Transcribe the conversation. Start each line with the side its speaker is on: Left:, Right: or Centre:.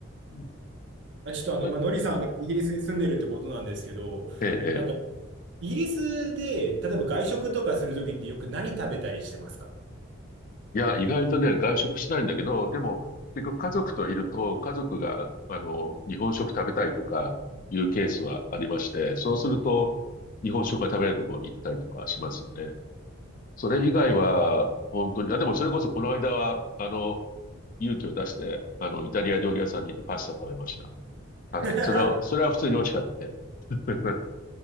Left: うん。
Right: まあ、ちょっとあの今、
Left: はい。
Right: ノリさんがイギリスに住んでるってことなんですけど、
Left: うんええ、ええ。
Right: なんかイギリスで、例えば外食とかするときってよく何食べたりしてますか
Left: いや、意外とね、外食しないんだけど、でも、結局家族といると、家族が、あの、日本食食べたいとかいうケースはありまして、そうすると、日本食が食べれるところに行ったりとかしますよね。それ以外は、
Right: ああ。
Left: 本当に、あ、でもそれこそこの間は、あの、勇気を出して、あの、イタリア料理屋さんに行ってパスタ食べました。
Right: <laughs>
Left: はい。それは、それは普通に美味しかったね。<laughs>